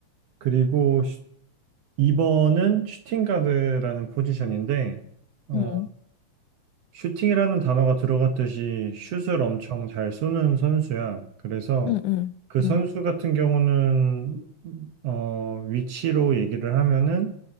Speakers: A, on the right (about 65°); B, on the left (about 85°).
A: 그리고 2번은 슈팅가드라는 포지션인데, 어,
B: 응,
A: 슈팅이라는 단어가 들어갔듯이 슛을 엄청 잘 쏘는 선수야. 그래서
B: 응, 응,
A: 그 선수
B: 응,
A: 같은 경우는 어, 위치로 얘기를 하면은